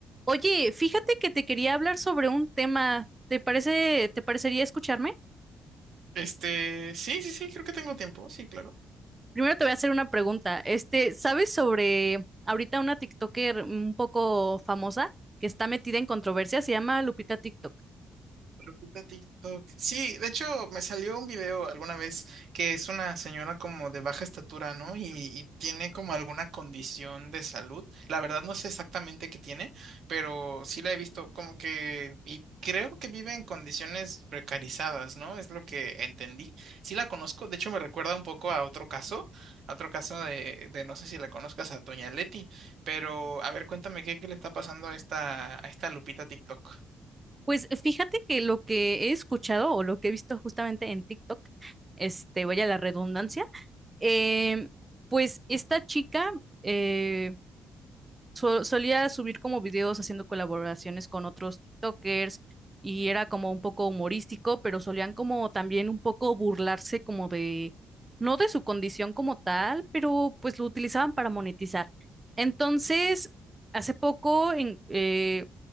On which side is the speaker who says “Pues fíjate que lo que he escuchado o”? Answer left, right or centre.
Right